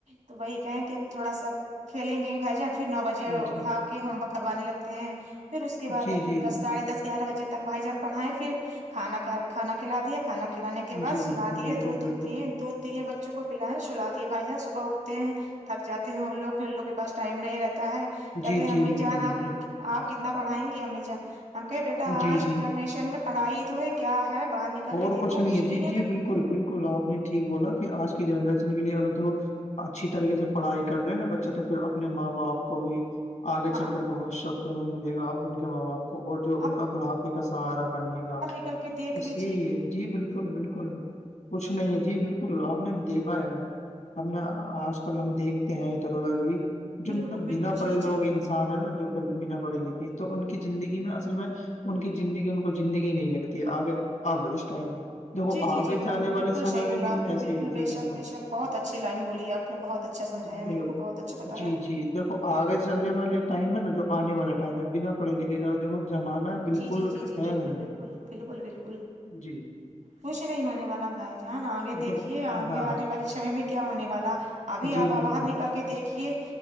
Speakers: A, on the right; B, on the left.
A: تو وہی کہیں کہ اب تھوڑا سا کھیلیں گے گے بھائی جان پھر نو بجے
B: جی
A: اٹھا کے ہوم ورک کروانے لگتے ہیں پھر اس کے بعد
B: جی
A: ہے تو
B: جی
A: دس ساڑھے دس گیارہ بجے تک بھائی جان پڑھائے پھر کھا کانا کھلا دے کھانا کھلے کے کے بعد
B: جی
A: سلا
B: بالکل
A: دیے
B: بالکل
A: دودھ
B: بالکل
A: دی دوودھ دی بچے بچوں کو پلیں سلا دیے بھائی جان صبح اٹتے ہیں تھک جاتے ہیں وہ لوگ بھی ان لوگ کے پس ٹائم نہیں رہتا ہے کہتے
B: جی
A: ہیں ہممی
B: جی بالکل
A: جانا
B: بالکل
A: آ لوگ آپ کتنا پڑھائیں گی امی جا ہم کہے بیٹا
B: جی
A: آج
B: جی
A: کے جنریشن میں پڑھائی تو ہے کیا ہے باہر نکل
B: اور
A: کے دیکھو
B: نہیں
A: کچھ
B: ہے جی
A: نہیں
B: جی
A: ہے دنیا
B: بالکل
A: میں
B: بالکل آپ نے ٹھیک بولا کہ آج کے جنریشن کے لیے اگر تو اچھی طریقے سے پڑھائی کرنے نا بچہ تو پھر اپنے ماں باپ کو بھی آگے
A: ماں
B: چل کر بہت سکون ملے گا ان کے ب باپ اور
A: اب
B: جو ان کا بڑھاپے کا سہارا بننے کا
A: ل کے دیکھ لییا
B: جی جی بالکل بالکل کچھ نہیں ہے جی بالکل آپ نے بھی دیکھا ہے ہم نے آج کل ہم دیکھتے ہیں ادھر ادھر بھی جو
A: بالکل
B: مطلب
A: بالکل
B: بنا پڑے
A: جی
B: لوگ
A: جی
B: ہے نا جو بنا پڑھے لکھے تو ان کی زندگی میں اصل میں ان کی زندگی ان کو زندگی نہیں لگتی آگے اب اس ٹائم پر دیکھو
A: جی
B: آگے
A: جی جی
B: جانے
A: بالکل
B: والے سمے
A: صحیح
B: میں
A: بولا
B: بھی
A: آپ نے
B: ایسے
A: بالکل
B: ہی ہے
A: بے
B: جی بالکل
A: شک بے شک بہت اچھی لائن بولی آپ نے بہت اچھا سمجھایا
B: ج
A: میرے کو بہت اچھا بتایا
B: جی جی دیکھو آگے چلنے والے ٹائم ہے نا جو آنے والا ٹائم ہے بنا پڑے لکھے کا دیکھو زمانہ بالکل
A: جی جی جی جی
B: ہے
A: بالکل
B: نہیں
A: بالکل بالکل بالکل
B: جی
A: کچھ نہیں ہونے والا بھائی جان آگے دیکھیے
B: دیکھو
A: آگے
B: ہاں
A: آنے والے سمے میں کیا ہونے والا ابھی
B: جی
A: آپ
B: بالکل
A: باہر نکل کے دیکھیے